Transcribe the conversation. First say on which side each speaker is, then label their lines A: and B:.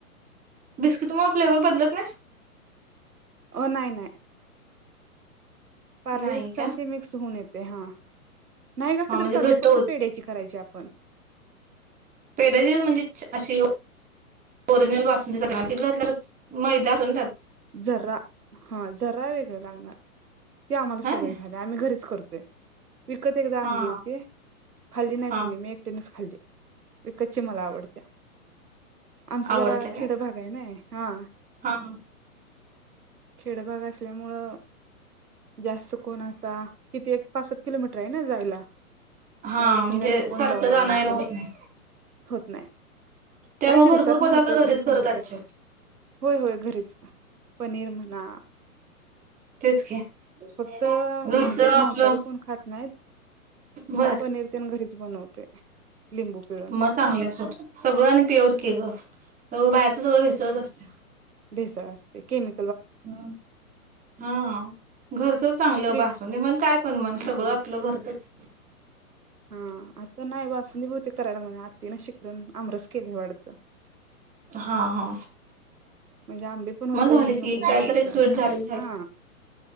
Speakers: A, on the right; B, on the right.
A: बिस्किट मुळ फ्लेवर बदलत नाही.
B: हो न्हाय न्हाय पार्ले
A: नाही
B: बिस्कीट
A: का
B: आणि ते मिक्स होऊ नयेत. ते हां नाही घातंल
A: हा म्हणजे
B: तर चालते
A: घट्ट
B: फक्त पेढ्याची करायची आप पण
A: पेढ म्हणजे अशी ओरिजिनल बासुंदी सगळी ते घातल्यावर मैदा अस त्याात
B: ज हा जरा वेगळ लागणार. ते आम्हाला
A: हा
B: सवय
A: ना
B: झाल्या आम्ही घरीच करतो. इ विकत एकदा आणली
A: हा
B: होती खाल्ली नाही
A: हा
B: कुणी मी एकटीनेच खाल्ली कच्छी मला आवडते. आमचा
A: आवडत्या
B: जरा
A: काय
B: खेड भाग आहे. नाई हा
A: हा हा
B: खेडभग असल्यामुळं जास्त कोणा आता किती पाचसात किलोमीटर आहे ना जायला.
A: हा
B: मग एवढ्या संध्याकाळी
A: म्हणजे
B: कोण
A: सारखं
B: जाऊन आणायचं
A: जाण येण होत नाही.
B: होत नाही
A: त्यामुळे
B: काय दिवसात
A: भरपूर पदार्थ
B: न होतय
A: घरीच
B: खरं
A: करत
B: संध्याकाळच
A: असचील
B: होय होय घरीच पनीर म्हणा
A: तेच कि घरचं
B: फक्त आमच्यात
A: आपलं
B: मांसाहारी कोण खात नाहीत
A: बर
B: पनीर तेन घरीच बनवते लिंबू पिळून
A: मग चांगलं आहे सोड सगळं आणि प्युअर की ग तर बाहेरच सगळं भेसळच असतं
B: भेसल वा असते केमी
A: हम् हा घरचं चांगलं
B: श्री
A: बासून मण काय पण मण
B: हा
A: सगळं आपलं घरचच
B: ह आता नाही बसूनी बहुतेक करायला म्ह शिकरून आमरस केले वाढत हा
A: हा हा
B: म्हणजे आंबे पण होते
A: मग झालं
B: हनी नको
A: की
B: म्हणालत
A: काय तर एक स्वीट झालं की झालं
B: हा